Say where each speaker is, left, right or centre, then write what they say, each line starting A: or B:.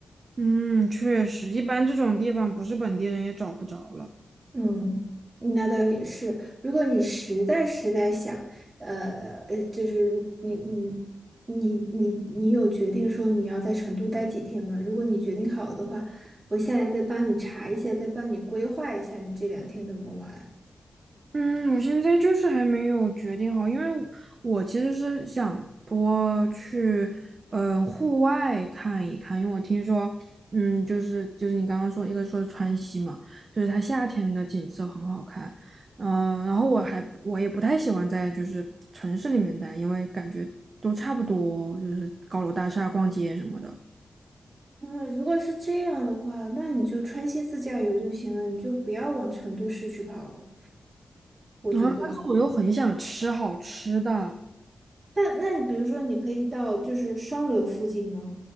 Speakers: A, on the right; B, on the right.
A: 嗯，确实，一般这种地方不是本地人也找不着了。
B: 嗯，那倒也是。如果你实在实在想，呃呃，就是如你你你你你有决定说你要在成都待几天吗？如果你决定好了的话，我下来再帮你查一下，再帮你规划一下你这两天怎么玩。
A: 嗯，我现在就是还没有决定好，因为我我其实是想多去，嗯、户外看一看，因为我听说，嗯，就是就是你刚刚说，一个说川西嘛，就是它夏天的景色很好看，嗯、然后我还我也不太喜欢在就是城市里面待，因为感觉都差不多，就是高楼大厦、逛街什么的。
B: 嗯，如果是这样的话，那你就川西自驾游就行了，你就不要往成都市区跑了。我觉得，
A: 然后，但是我又很想吃好吃的，
B: 那那你比如说，你可以到就是双流附近吗？